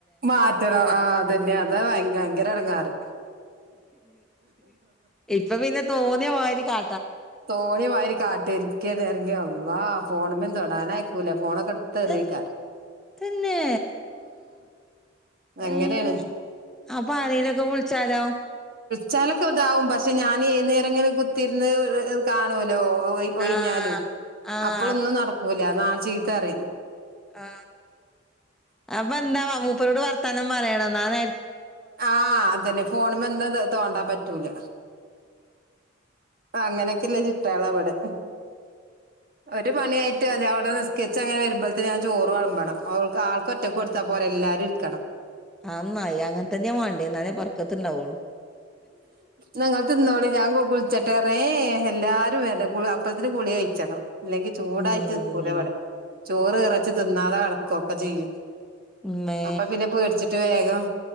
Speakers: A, on the right (about 45°); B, in the centre.
A: മാറ്റണം ആ അതന്നെ അതാ ഭയങ്കര എടങ്ങാറ്
B: ഇപ്പ പിന്നെ തോന്നിയ മാതിരി കാ
A: തോണി മാരി കാട്ട ഇരിക്കേ നെരങ്ങെ അള്ളാ ഫോണ്മ തൊടാനയ്ക്കൂല ഫോണക്കെ എടുത്ത് എറിയക്കാര
B: തൻ തന്നെ
A: അങ്ങനെണ്
B: ഏഹ് അപ്പൊ ആരേലൊക്കെ വിളിച്ചാലോ?
A: ചിലർക്ക് ഇതാവും പക്ഷെ ഞാൻന്നേര എങ്ങനെ കുത്തിരുന്ന് കാണുമലോ ഒയി പോയി
B: ആഹ്
A: ഞ്ഞാലും
B: ആഹ്
A: അപ്പളൊന്നും നടക്കൂല നാ ചീത്തറ
B: ആ അപ്പൊ എന്താ മൂപ്പരോട് വർത്താനം പറയണം നാന
A: ആ അതന്നെ ഫോണന്ന് തോണ്ടൻ പറ്റൂല അങ്ങനൊക്കെല്ലേ ചിട്ടാള അവിടെ ഒരു മണിയായിട്ട് അതി അവിടെ നി സ്കെച്ച് അങ്ങനെ വരുമ്പോഴത്തെ ഞാൻ ചോറ് കളമ്പണം ആൾക്ക് ഒറ്റക്ക് കൊടുത്താ പോലെല്ലാം എല്ലാരുംരിക്കണം
B: അത് നന്നായി അങ്ങനെ തന്നാ വേണ്ടേ എന്നാലേ പറക്കത്ത്ണ്ടാവൂ
A: ഞങ്ങ തിന്നോളി ഞാൻ കുളിച്ചട്ടെർഞ്ഞ ഏ എല്ലാരും <unintelligible> അപ്പഴത്തിന് കുളി കയ്ച്ചണം ഇല്ലെങ്കി ചൂടായിട്ട്
B: ഉം
A: നിക്കൂലെ ഇവിടെ ചോറ് ഇറച്ച് തിന്നാതെ കിടക്കുകൊക്കെ ചെയ്യും
B: അമ്മേ
A: അപ്പൊ പിന്നെ പേടിച്ചിട്ട് വേഗം